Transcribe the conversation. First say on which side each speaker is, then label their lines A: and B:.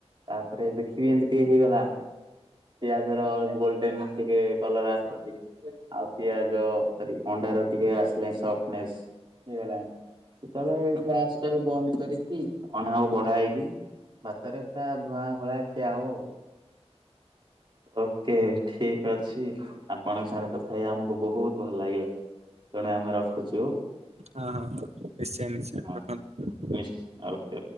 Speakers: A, on the right (about 45°); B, on the right (about 70°).
A: ତାପରେ ଦେଖିବି ଏମତି ଟିକେ ହେଇଗଲା ପିଆଜ ର ଗୋଲଡେନ ଟିକେ କଲର ଆସଛି ଆଉ ପିଆଜ ଅଣ୍ଡା ର ଟିକେ ଆସିଲାଣିନ ହେଇଗଣି ସେତେବେଳେ ଗ ଟା ବନ୍ଦ କରିକି ଅ ବଢା ହେଇକି ଭାତରେ ପୁରା ଧୂଆଁ ଘୋଳା ଖିଆ ହବ ଆଉ। ଓକେ ଠିକ ଅଛି ଆପଣଙ୍କ ସାଙ୍ଗରେ କଥା ହେଇ ଆମକୁ ବହୁତ ଭଲ ଲାଗିଲା ତେଣୁ ଆମେ ରଖୁଛୁ।
B: ହଁ ହଁ ହ ନିଶ୍ଚୟ ନିଶ୍ଚୟ
A: ହଁ
B: ରଖନ୍ତୁ।
A: ନିଶ୍ଚ ଓକେ।